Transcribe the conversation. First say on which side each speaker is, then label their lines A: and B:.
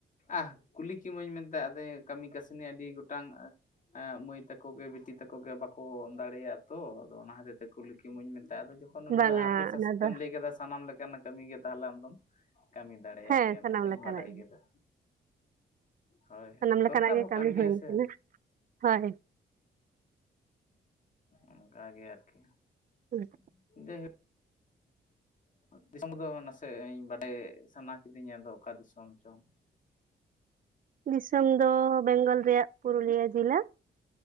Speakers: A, on the left; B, on the right.
A: ᱟᱦ ᱠᱩᱞᱤ ᱠᱮᱢᱟᱹᱧ ᱢᱮᱱᱛᱮ ᱟᱫᱚ ᱠᱟᱹᱢᱤ ᱠᱟᱹᱥᱱᱤ ᱟᱹᱰᱤ ᱜᱚᱴᱟᱝ ᱢᱟᱹᱭ ᱛᱟᱠᱚ ᱜᱮ ᱵᱤᱴᱤ ᱛᱟᱠᱚ ᱜᱮ ᱵᱟᱠᱚ ᱫᱟᱲᱮᱭᱟᱜᱼᱟ ᱛᱚ ᱟᱫᱚ ᱚᱱᱟ ᱦᱚᱛᱮᱡ ᱛᱮ ᱠᱩᱞᱤ ᱠᱤᱢᱟᱹᱧ ᱢᱮᱱᱛᱮ ᱟᱫᱚ ᱡᱚᱠᱷᱚᱱ ᱩᱱᱟᱹᱜ
B: ᱵᱟᱝᱟ
A: ᱦᱟᱨᱠᱮᱛ ᱥᱟᱥᱮᱛᱮᱢ
B: ᱚᱱᱟ ᱫᱚ
A: ᱞᱟᱹᱭ ᱠᱮᱫᱟ ᱥᱟᱱᱟᱢ ᱞᱮᱠᱟᱱᱟᱜ ᱠᱟᱹᱢᱤ ᱜᱮ ᱛᱟᱦᱚᱞᱮ ᱟᱢᱫᱚᱢ ᱠᱟᱹᱢᱤ ᱫᱟᱲᱮᱭᱟᱜ
B: ᱦᱮᱸ
A: ᱜᱮᱭᱟ
B: ᱥᱟᱱᱟᱢ
A: ᱢᱮᱱᱛᱤᱧ
B: ᱞᱮᱠᱟᱱᱟᱜ
A: ᱵᱟᱰᱟᱭ
B: ᱜᱮ
A: ᱠᱮᱫᱟ ᱦᱳᱭ ᱦᱳᱭ
B: ᱥᱟᱱᱟᱢ ᱞᱮᱠᱟᱱᱟᱜ
A: ᱫᱚᱨᱠᱟᱨ
B: ᱜᱮ
A: ᱦᱚᱸ
B: ᱠᱟᱹᱢᱤ
A: ᱠᱟᱱ ᱜᱮᱭᱟ
B: ᱦᱩᱭ
A: ᱥᱮ
B: ᱠᱟᱱᱟ ᱦᱳᱭ
A: ᱚᱱᱠᱟ ᱜᱮ ᱟᱨᱠᱤ
B: <unintelligible>
A: <unintelligible> ᱫᱤᱥᱚᱢ ᱫᱚ ᱱᱟᱥᱮ ᱵᱟᱰᱟᱭ ᱥᱟᱱᱟ ᱠᱤᱫᱤᱧᱟ ᱟᱫᱚ ᱚᱠᱟ ᱫᱤᱥᱚᱢ ᱪᱚᱝ
B: ᱫᱤᱥᱚᱢ ᱫᱚ ᱵᱮᱝᱜᱚᱞ ᱨᱮᱭᱟᱜ ᱯᱩᱨᱩᱞᱤᱭᱟᱹ ᱡᱮᱞᱟ